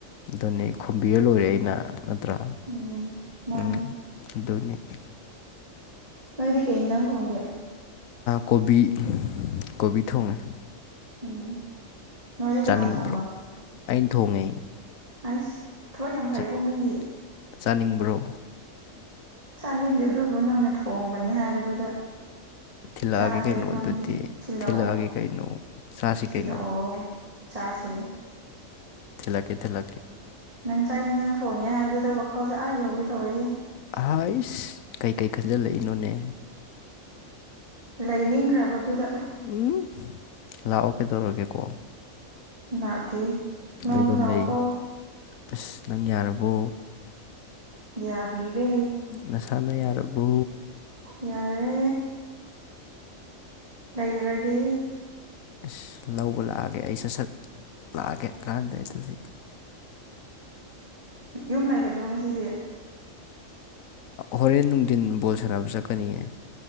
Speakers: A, on the left; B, on the right.
A: ꯑꯗꯨꯅꯦ ꯈꯨꯝꯕꯤꯔ ꯂꯣꯏꯔꯦ ꯑꯩꯅ ꯅꯠꯇ꯭ꯔꯥ
B: ꯎꯝ ꯃꯥꯅꯤ
A: ꯎꯝ ꯑꯗꯨꯅꯦ
B: ꯅꯣꯏꯗꯤ ꯀꯩ ꯏꯟꯖꯥꯡ ꯊꯣꯡꯒꯦ
A: ꯀꯣꯕꯤ ꯀꯣꯕꯤ ꯊꯣꯡꯉꯦ
B: ꯎꯝ ꯅꯣꯏꯗꯤ
A: ꯆꯥꯅꯤꯡꯕ꯭ꯔꯣ
B: ꯀꯅꯥ ꯊꯣꯡꯕ
A: ꯑꯩꯅ ꯊꯣꯡꯉꯦ
B: ꯑꯁ ꯊꯕꯛ ꯌꯥꯝ ꯐꯩꯒꯣ
A: ꯆ-
B: ꯃꯤꯗꯤ
A: ꯆꯥꯅꯤꯡꯕ꯭ꯔꯣ
B: ꯆꯥꯅꯤꯡꯗꯦ ꯑꯗꯨꯕꯨ ꯅꯪꯅ ꯊꯣꯡꯕꯅꯤ ꯍꯥꯏꯕꯗꯨꯗ
A: ꯊꯤꯜꯂꯛꯑꯒꯦ
B: ꯆꯥꯁꯤꯔ
A: ꯀꯩꯅꯣ
B: ꯈꯪꯗꯦ
A: ꯑꯗꯨꯗꯤ
B: ꯊꯤꯜꯂꯛꯑꯣ
A: ꯊꯤꯜꯂꯛꯑꯒꯦ ꯀꯩꯅꯣ ꯆꯁꯤ
B: ꯊꯤꯜꯂꯛꯑꯣ
A: ꯀꯩꯅꯣ
B: ꯆꯥꯁꯦ
A: ꯊꯤꯂꯛꯀꯦ ꯊꯤꯂꯛꯀꯤꯦ
B: ꯅꯪ ꯆꯥꯛ ꯌꯦꯟꯁꯥꯡ ꯊꯣꯡꯉꯦ ꯍꯥꯏꯕꯗꯨꯗ ꯋꯥꯈꯜꯁꯦ ꯑꯥ ꯌꯧꯒꯦ ꯇꯧꯋꯦ
A: ꯑꯥꯏꯁ ꯀꯩꯀꯩ ꯈꯟꯖꯤꯜꯂꯛꯏꯅꯣꯅꯦ
B: ꯂꯩꯅꯤꯡꯈ꯭ꯔꯕꯗꯨꯗ
A: ꯎꯝ ꯂꯥꯛꯑꯣ ꯀꯩꯗꯧꯔꯒꯦꯀꯣꯛ
B: ꯂꯛꯒꯦ ꯂꯥꯎꯕ
A: ꯂꯩꯐꯝ
B: ꯂꯥꯛꯎꯒꯣ
A: ꯂꯩ ꯑꯁ ꯅꯪ ꯌꯥꯔꯕꯣ
B: ꯌꯥꯕꯤꯔꯦ
A: ꯅꯁꯥꯅ ꯌꯥꯔꯕꯣ
B: ꯌꯥꯔꯦ ꯂꯩꯔꯒꯦ
A: ꯏꯁ ꯂꯧꯕ ꯂꯥꯛꯑꯒꯦ ꯑꯩ ꯁꯠ ꯁꯠ ꯂꯥꯛꯑꯒꯦ ꯀꯥꯟꯗꯦ ꯑꯗꯨꯗꯤ
B: ꯌꯨꯝ ꯂꯩꯒꯗ꯭ꯔꯣ ꯉꯁꯤꯗꯤ
A: ꯍꯣꯔꯦꯟ ꯅꯨꯡꯊꯤꯟ ꯕꯣꯜ ꯁꯥꯟꯅꯕ ꯆꯠꯀꯅꯤꯌꯦ